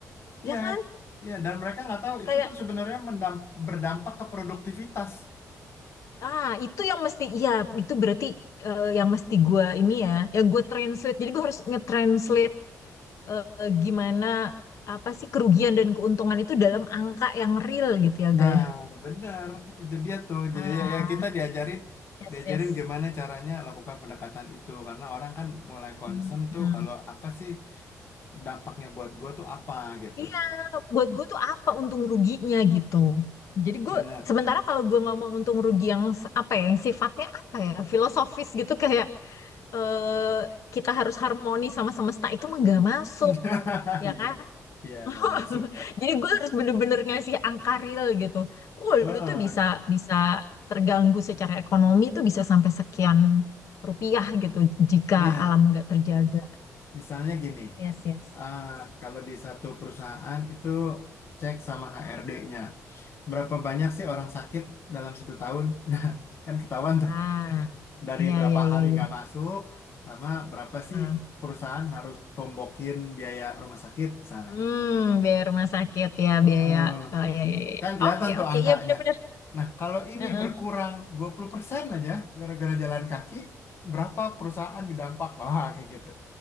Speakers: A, on the left; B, on the left.
A: Iya,
B: ya kan?
A: iya, dan mereka nggak tahu itu
B: Kayak
A: tuh sebenarnya mendam- berdampak ke produktivitas.
B: Ah, itu yang mesti, iya, itu berarti eh, yang mesti gue ini ya, yang gue translate. Jadi gue harus nge-translate eh, gimana apa sih kerugian dan keuntungan itu dalam angka yang real gitu ya,
A: Nah,
B: Gaya.
A: benar, itu dia tuh.
B: Ah,
A: Jadi ya ya, kita diajarin,
B: yes,
A: diajarin
B: yes.
A: gimana caranya lakukan pendekatan itu, karena orang kan mulai concern
B: Hmm,
A: tuh
B: hmm.
A: kalau apa sih dampaknya buat gue tuh apa gitu.
B: Iya, buat gue tuh apa untung ruginya gitu. Jadi gue
A: Benar.
B: sementara kalau gue ngomong untung rugi yang s- apa ya, yang sifatnya apa ya, filosofis gitu kayak eh kita harus harmoni sama semesta itu mah gak masuk,
A: <laughs>
B: ya
A: Iya,
B: kan?
A: iya nggak
B: <laughs>
A: masuk.
B: Jadi gue harus bener-bener ngasih angka real gitu. Oh,
A: Oh,
B: lu tuh bisa bisa terganggu secara ekonomi tuh bisa sampai sekian rupiah gitu jika
A: iya,
B: alam nggak terjaga.
A: misalnya gini,
B: Yes, yes.
A: eh, kalau di satu perusahaan itu cek sama HRD-nya. Berapa banyak sih orang sakit dalam satu tahun? <laughs> Nah, kan ketahuan tuh
B: Ah,
A: dari
B: iya
A: berapa
B: iya iya
A: hari
B: iya.
A: nggak masuk, sama berapa sih
B: Ah.
A: perusahaan harus tombokin biaya rumah sakit misalnya.
B: Hmm, biaya rumah sakit ya,
A: Oh,
B: biaya.
A: eh,
B: Oh iya iya iya.
A: Kan kelihatan
B: Oke,
A: tuh
B: oke,
A: angkanya.
B: iya benar-benar.
A: Nah, kalau ini
B: Heeh.
A: berkurang 20% aja gara-gara jalan kaki, berapa perusahaan didampak? Wah, kayak gitu.